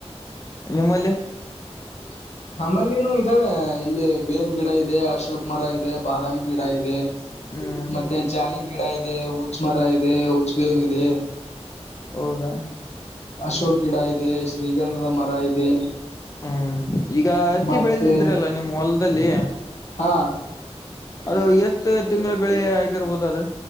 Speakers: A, on the left (about 30°); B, on the left (about 75°).
A: ನಿಮ್ಮಲ್ಲಿ
B: <inaudible> ನಮ್ಮಲ್ಲಿನೂ ಇದಾವೆ ಇಲ್ಲಿ ಬೇನ್ ಗಿಡ ಇದೆ ಅಶೋಕ್ ಮರ ಇದೆ ಬಾದಾಮಿ ಗಿಡ ಇದೆ
A: ಹ್ಮ್
B: ಮತ್ತೆ ಜಾಲಿ ಗಿಡ ಇದೆ ಉಚ್ ಮರ ಇದೆ ಉಚ್ಚ ಬೇವು ಇದೆ
A: ಹೌದಾ
B: ಅಶೋಕ್ ಗಿಡ ಇದೆ ಶ್ರೀಗಂಧದ ಮರ ಇದೆ
A: ಹ್ಮ್ ಈಗ ಹತ್ತಿ
B: ಮತ್ತೆ
A: ಬೆಳೆದಿದ್ರಲ್ಲ ನಿಮ್ಮ್ ಹೊಲದಲ್ಲಿ
B: ಹಾ ತೆಲೂರ್
A: ಅದು ಎಷ್ಟು ತಿಂಗಳ
B: ತೆಲೂರ್
A: ಬೆಳೆ ಆಗಿರ್ಬೋದು
B: ತೇಳುರ್
A: ಅದು